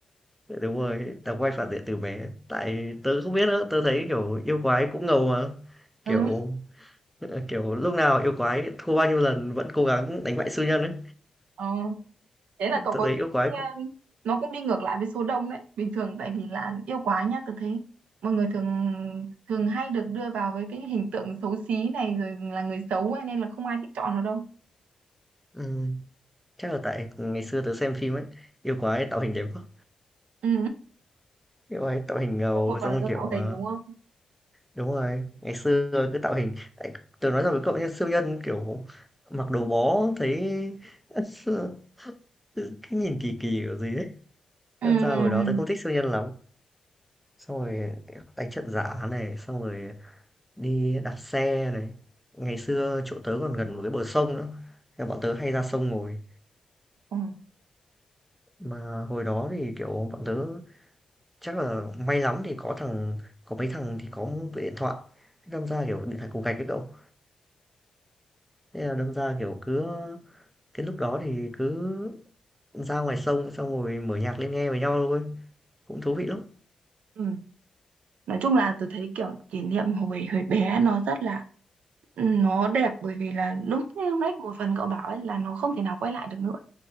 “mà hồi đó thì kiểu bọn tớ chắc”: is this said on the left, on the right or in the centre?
Centre